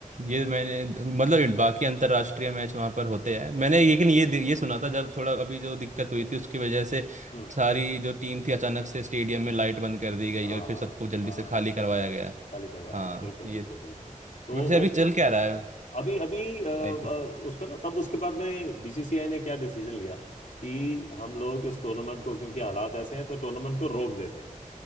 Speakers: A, on the right; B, on the left.
A: ये मैंने मतलब बाकी अंतर्राष्ट्रीय मैच वहां पर होते हैं मैंने
B: हम्म
A: लेकिन ये ये सुना था जब थोड़ा अभी जो दिक्कत हुई थी उसकी वजह से
B: हम्म,
A: सारी जो टीम थी अचानक से स्टेडियम में लाइट बंद कर दी गई
B: हाँ
A: और फिर सबको जल्दी
B: हाँ
A: से खाली करवाया गया
B: खाली करवाया
A: हाँ
B: गया बिल्कुल
A: ये
B: बिल्कुल बिल्कुल तो
A: वैसे
B: वो
A: अभी चल क्या रहा है
B: अभी अभी अ, अ,
A: आईपीएल
B: उसको ना तब उसके बाद में बीसीसीआई ने क्या डिसीजन लिया कि हम लोग इस टूर्नामेंट को क्योंकि हालात ऐसे हैं तो टूर्नामेंट को रोक देते हैं